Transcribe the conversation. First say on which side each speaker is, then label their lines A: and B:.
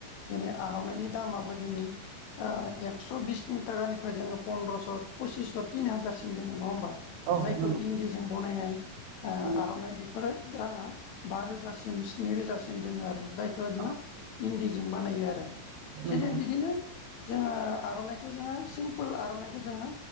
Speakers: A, on the left; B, on the right.
A: दिनै आर'नाइनि दामाबो दिनै एक्स' बिसनि थाखानिफ्राय जोङो पन्द्रस' पसिस' तिन हाजार सिम दङ नङा होमबा
B: औ
A: जायखौ
B: नंगौ
A: इन्दिजों बनायनाय ओ
B: नंगौ
A: आर'नाइ बेफोरो राङा बा रोजासिम स्नि रोजासिम दङ आरो जायखौ दङो
B: औ
A: इन्दि जों बानायो आरो
B: नंगौ
A: बिनो बिदिनो जोङो आर'नाइखौ जोङो सिमपोल आर'नाइखौ जोङो